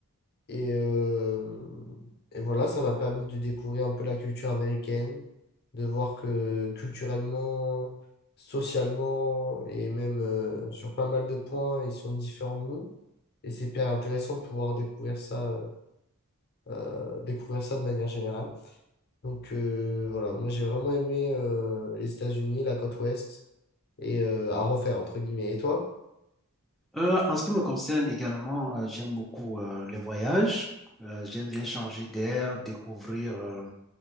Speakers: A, on the left; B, in the centre.
A: Et, euh, et voilà, ça m'a permis de découvrir un peu la culture américaine, de voir que culturellement, socialement et même euh, sur pas mal de points, ils sont différents de nous. Et c'est hyper intéressant de pouvoir découvrir ça, euh, découvrir ça de manière générale. Donc euh, voilà, moi j'ai vraiment aimé euh, les États-Unis, la côte ouest, et euh, à refaire, entre guillemets. Et toi?
B: Euh, en ce qui me concerne également, euh, j'aime beaucoup euh, les voyages. Euh, j'aime bien changer d'air, découvrir euh,